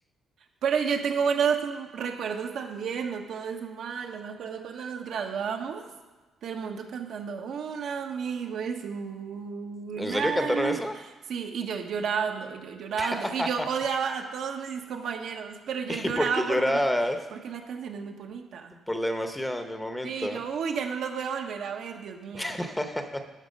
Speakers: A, on the right (about 65°); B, on the left (about 15°).
A: Pero yo tengo buenos recuerdos también, no todo es malo. Me acuerdo cuando nos graduamos del mundo cantando Un amigo es una
B: ¿En serio cantaron
A: luz.
B: eso?
A: Sí, y yo llorando, y yo llorando,
B: <laughs>
A: y yo odiaba a todos mis compañeros, pero yo lloraba
B: ¿Y por qué
A: porque
B: llorabas?
A: la, porque la canción es muy bonita.
B: Por la emoción, el momento.
A: Sí, y yo, uy, ya no los voy a volver a ver, Dios mío.
B: <laughs>